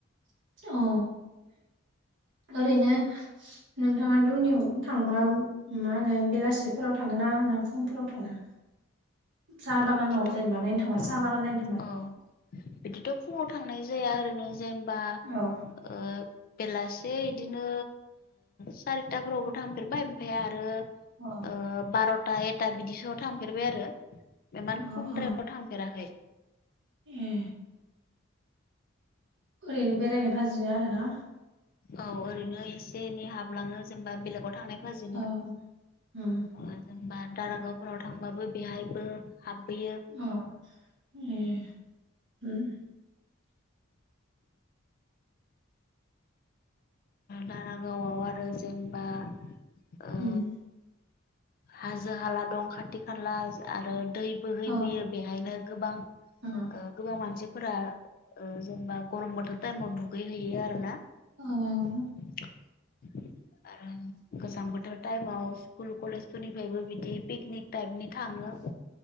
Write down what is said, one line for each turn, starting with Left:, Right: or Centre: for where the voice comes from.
Right: अ ओरैनो नोंथाङा दुमनियाव थांबा मा होनो बेलासिफोराव थाङ ना होनना फुंफोराव थाङो साहा
Left: बिदिथ'
Right: बागानाव जेनबा नायनो थाङा
Left: औ
Right: साहा बागान नायनो थांबा।
Left: औ बिदिथ' फुङाव थांनाय जाया नो जेनबा
Right: अ
Left: ओ बेलासे बिदिनो सारिताफोरावबो थांफेरबाय ओमफफ्राय आरो।
Right: अ
Left: बार'था एकथा बिदिसोआव थांफेरबाय आरो। इमान
Right: अ
Left: खमद्रआव
Right: अ
Left: थांफेराखै
Right: ए ओरैनो बेरायनो भाजिनो आरो ना।
Left: औ ओरैनो एसे एनै हाबलाङो जेनेबा बेलेगाव थांनाय फाजिनो।
Right: औ उम
Left: जेनेबा दारागावफोराव थांबाबो बेहायबो हाबबोयो।
Right: अ ए उम
Left: दारागावआव आरो जेनेबा ओ
Right: उम <unintelligible>
Left: हाजो हाला दं खाथि खाला आरो दै बोहैबोयो
Right: अ
Left: बेहायनो गोबां ओ
Right: उम अ
Left: गोबां मानसिफोरा जेनेबा गरम बोथोर टाइमाव दुगैहैयो आरो ना।
Right: ओं।
Left: <unintelligible> आरो गोजां बोथोर टाइमाव स्कुल कलेज निफ्रायबो बिदि पिकनिक टाइपनि थाङो।